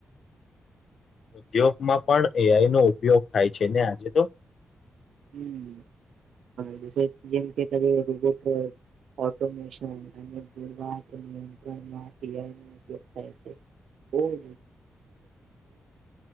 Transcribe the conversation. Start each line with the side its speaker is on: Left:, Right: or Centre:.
Left: ઉદ્યોગ માં પણ એઆઈ નો ઉપયોગ થાય છે, ને આજે તો.
Right: <unintelligible> <unintelligible> <unintelligible> <inaudible> હ આવે